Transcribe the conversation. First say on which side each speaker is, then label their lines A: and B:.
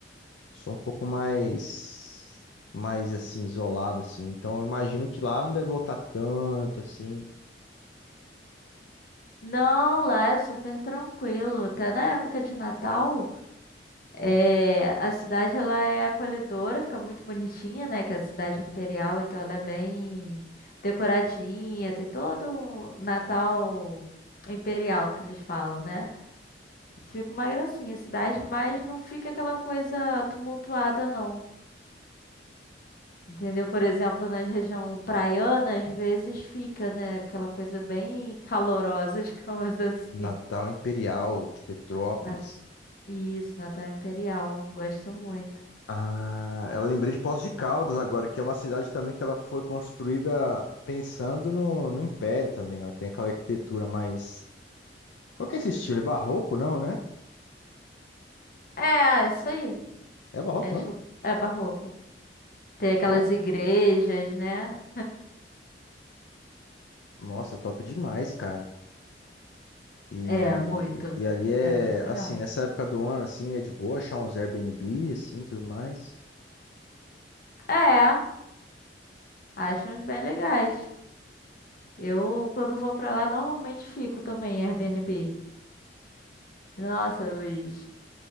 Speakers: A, on the left; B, on the left.
A: Sou um pouco mais, mais, assim, isolado, assim. Então, eu imagino que lá não deve lotar tanto, assim.
B: Não, lá é super tranquilo. Até na época de Natal, é, a cidade ela é acolhedora, fica muito bonitinha, né? Que é a cidade imperial, então ela é bem decoradinha, tem todo um Natal imperial que eles falam, né? Fica uma gracinha a cidade, mas não fica aquela coisa tumultuada, não. Entendeu? Por exemplo, na região praiana, às vezes fica, né, aquela coisa bem calorosa, <laughs> digamos assim.
A: Natal Imperial de Petrópolis.
B: Na- Isso, Natal Imperial. Gosto muito.
A: Ah, eu lembrei de Poços de Caldas agora, que é uma cidade também que ela foi construída pensando no, no Império também. Ela tem aquela arquitetura mais. Qual que é esse estilo? É barroco, não, né?
B: É, isso aí.
A: É barroco
B: É, estilo-
A: mesmo?
B: é barroco. Tem aquelas
A: Caraca.
B: igrejas, né?
A: Nossa, top demais, cara. E,
B: É, muito.
A: e ali é,
B: É muito legal.
A: assim, nessa época do ano, assim, é de boa achar uns Airbnb, assim, tudo mais.
B: É, acho uns bem legais. Eu, quando vou pra lá, normalmente fico também em Airbnb. Nossa, os,